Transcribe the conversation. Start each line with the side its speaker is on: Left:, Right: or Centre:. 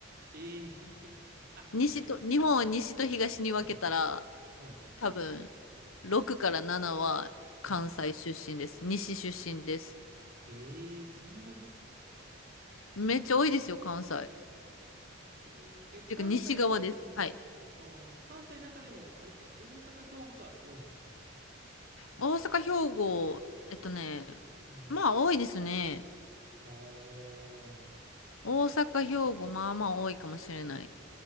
Right: ええ <laughs> あ、あれですか。
Left: 西と、日本を西と東に分けたら、
Right: うんうん、はい、
Left: 多分、6から7は関西出身です。
Right: はい。
Left: 西出身です。
Right: ええそんなに
Left: めっちゃ多いですよ、関西。っ
Right: ええ、関西、
Left: ていうか、西側です。
Right: はい。
Left: はい。
Right: ああ、関西の中でも、あれですか、大阪、兵庫が多いんですか
Left: 大阪、兵庫、えっとね、
Right: はい。
Left: まあ多いですね。
Right: あー
Left: 大阪、
Right: あー、
Left: 兵庫、まあまあ多いかもしれない。